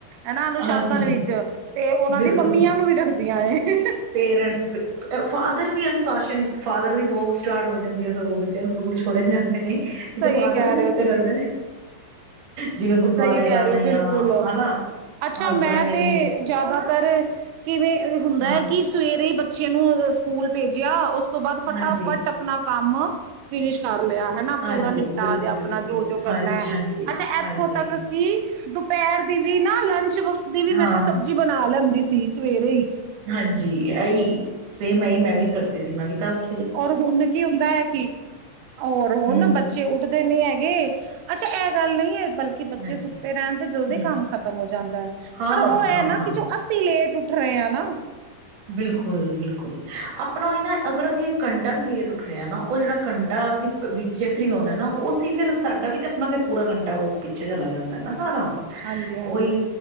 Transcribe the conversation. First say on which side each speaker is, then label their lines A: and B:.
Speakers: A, on the right; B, on the right.
A: ਹਨਾ ਅਨੁਸ਼ਾਸਨ
B: ਹਾਂਜੀ
A: ਵਿੱਚ ਤੇ ਉਹਨਾਂ
B: ਬਿਲਕੁਲ
A: ਦੀ ਮੰਮੀਆਂ ਨੂੰ ਵੀ ਰੱਖਦੀ ਹ <unintelligible>
B: ਪੇਰੈਂਟਸ ਫਾਦਰ ਵੀ ਅਨੁਸ਼ਾਸਨ ਫਾਦਰ ਦੀ ਵਰਕ ਸਟਾਰਟ ਹੋ ਜਾਂਦੀ ਹੈ ਸਗੋਂ ਬੱਚਿਆਂ ਨੂੰ ਸਕੂਲ ਛੋੜਨ ਜਾਂਦੇ ਨੇਤੇ
A: ਸਹੀ
B: ਫਾਦਰ
A: ਕਹਿ
B: ਵੀ
A: ਰਹੇ
B: ਸੁੱਤੇ
A: ਹੋ ਤੁਸੀਂ
B: ਰਹਿੰਦੇ ਨੇ। ਜਿਵੇਂ ਗੁਰਦੁਆਰੇ
A: ਸਹੀ ਕਹਿ
B: ਜਾਣਾ
A: ਰਹੇ ਹੋ ਬਿਲਕੁਲ
B: ਆ ਹਨਾ।
A: ਅੱਛਾ
B: ਹਸਬੈਂਡ
A: ਮੈਂ
B: ਨੇ
A: ਤੇ
B: ਵੀ
A: ਜ਼ਿਆਦਾਤਰ ਕਿਵੇਂ ਹੁੰਦਾ
B: ਹਾਂ
A: ਹੈ ਕਿ ਸਵੇਰੇ ਹੀ ਬੱਚੇ ਨੂੰ ਸਕੂਲ ਭੇਜਿਆ ਉਸ ਤੋਂ ਬਾਅਦ ਫਟਾਫਟ
B: ਹਾਂਜੀ
A: ਆਪਣਾ ਕੰਮ ਫਿਨਿਸ਼ ਕਰ ਲਿਆ ਹਨਾ।
B: ਹਾਂਜੀ
A: ਪੂਰਾ ਨਿਪਟਾ
B: ਬਿਲਕੁਲ
A: ਲਿਆ ਆਪਣਾ
B: ਬਿਲਕੁਲ
A: ਜੋ
B: ਬਿਲਕੁਲ
A: ਜੋ ਕਰਨਾ
B: ਹਾਂਜੀ ਹਾਂਜੀ
A: ਅੱਛਾ ਇੱਥੋਂ
B: ਹਾਂਜੀ
A: ਤੱਕ ਕਿ ਦੁਪਹਿਰ ਦੀ ਵੀ ਨਾ ਲੰਚ ਦੀ ਵੀ ਮੈਂ
B: ਹਾਂ
A: ਤੇ ਸਬਜ਼ੀ ਬਣਾ ਲੈਂਦੀ ਸੀ ਸਵੇਰੇ ਹੀ।
B: ਹਾਂਜੀ ਆਈ ਸੇਮ ਆਈ ਮੈਂ ਵੀ ਕਰਦੀ ਸੀ ਮੈਂ ਵੀ ਦੱਸ
A: ਔਰ ਹੁਣ ਕੀ ਹੁੰਦਾ ਹੈ ਕਿ ਹੋਰ ਹੁਣ
B: ਹਮ
A: ਬੱਚੇ ਉੱਠਦੇ ਨੀ ਹੈਗੇ? ਅੱਛਾ ਇਹ ਗੱਲ ਨਹੀਂ ਏ ਬਲਕਿ ਬੱਚੇ
B: ਹਾਂਜੀ
A: ਸੁੱਤੇ ਰਹਿਣ ਤੇ ਜਲਦੀ
B: ਹਮ
A: ਕੰਮ ਖ਼ਤਮ ਹੋ ਜਾਂਦਾ ਐ?
B: ਹਾਂ ਹਾਂ।
A: ਨਾ ਕਿ
B: ਹਾਂ
A: ਜੋ ਅਸੀਂ ਲੇਟ ਉੱਠ ਰਹੇ ਹਾਂ ਨਾ
B: ਬਿਲਕੁਲ ਬਿਲਕੁਲ ਆਪਣਾ ਨਾ ਅਗਰ ਅਸੀਂ ਇੱਕ ਘੰਟਾ ਵੀ ਲੇਟ ਉੱਠ ਰਹੇ ਹਾਂ ਨਾ ਉਹ ਜਿਹੜਾ ਘੰਟਾ ਅਸੀਂ ਵਿੱਚੇ ਫਰੀ ਹੋਣਾ ਨਾ ਉਹ ਸੀ ਫਿਰ ਸਾਡਾ ਵੀ ਤਾਂ ਆਪਣਾ ਫਿਰ ਪੂਰਾ ਘੰਟਾ ਉਹ ਪਿੱਛੇ ਚਲਾ ਜਾਂਦਾ ਨਾ ਸਾਰਾ।
A: ਹਾਂਜੀ ਹਾਂਜੀ
B: ਉਹੀ